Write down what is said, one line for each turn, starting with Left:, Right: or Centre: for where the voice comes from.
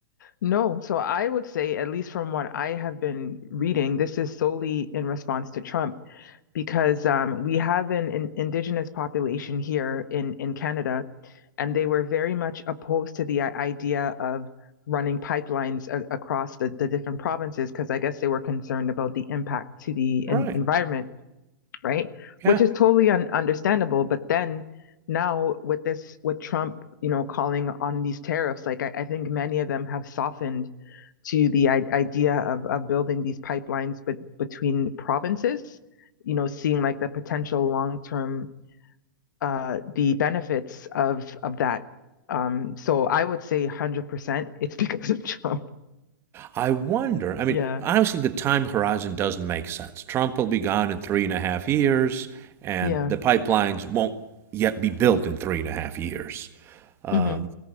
Left: no so i would say at least from what i have been reading this is solely in response to trump because um, we have an, an indigenous population here in, in Canada, and they were very much opposed to the uh, idea of running pipelines a- across the, the different provinces because I guess they were concerned about the impact to the
Right: Right.
Left: en- environment right?
Right: Yeah.
Left: Which is totally un- understandable. But then now with this, with Trump, you know, calling on these tariffs, like I, I think many of them have softened to the I- idea of, of building these pipelines, but between the provinces, you know, seeing like the potential long term, uh, the benefits of of that. Um, so I would say 100% it's <laughs> because of Trump.
Right: I wonder. I mean,
Left: Yeah.
Right: honestly, the time horizon doesn't make sense. Trump will be gone in three and a half years, and
Left: Yeah.
Right: the pipelines won't yet be built in three and a half years. Um,
Left: hmm